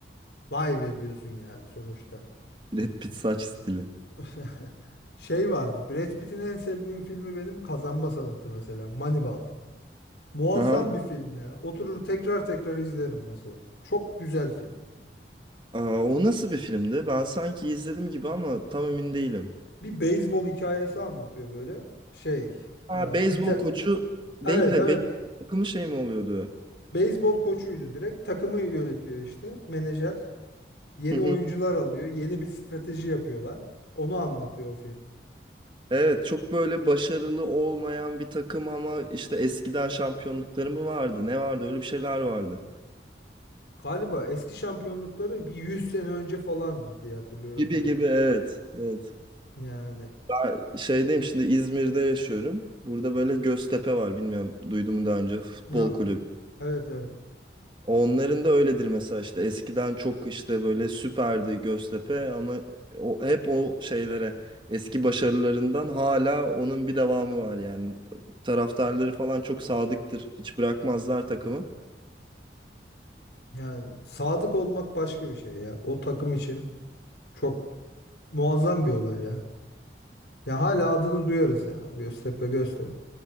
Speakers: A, on the left (about 75°); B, on the right (about 25°).
A: vay be diyorsun ya sonuçta.
B: Brad Pitt saç stili.
A: <laughs> Şey vardı. Brad Pitt'in en sevdiğim filmi benim Kazanma Sanatı mesela. Moneyball. Muazzam
B: Aha.
A: bir film ya. Oturur tekrar tekrar izlerim mesela. Çok güzel film.
B: Aa, o nasıl bir filmdi? Ben sanki izledim gibi ama tam emin değilim.
A: Bir beyzbol hikayesi anlatıyor böyle. Şey,
B: Ha,
A: e,
B: beyzbol
A: bir ta-
B: koçu değil
A: evet
B: de
A: evet
B: beyzbol takımı şey mi oluyordu?
A: beyzbol koçuydu direkt. Takımı yönetiyor işte menajer. Yeni
B: <laughs>
A: oyuncular alıyor. Yeni bir strateji yapıyorlar. Onu anlatıyor o film.
B: Evet çok böyle başarılı olmayan bir takım ama işte eskiden şampiyonlukları mı vardı? Ne vardı? Öyle bir şeyler vardı.
A: Galiba eski şampiyonlukları bir 100 sene önce falandı diye hatırlıyorum
B: Gibi
A: ben o
B: gibi
A: film.
B: evet. Evet.
A: Yani
B: Ben şeydeyim şimdi İzmir'de yaşıyorum. Burada böyle Göztepe var. Bilmiyorum duydun mu daha önce futbol
A: ya,
B: kulübü.
A: evet evet.
B: Onların da öyledir mesela işte eskiden çok işte böyle süperdi Göztepe ama o, hep o şeylere eski başarılarından hala onun bir devamı var yani. Taraftarları falan çok sadıktır. Hiç bırakmazlar takımı.
A: Yani sadık olmak başka bir şey ya. O takım için çok muazzam bir olay ya. Ya hala adını duyarız ya. Göztepe Göztepe.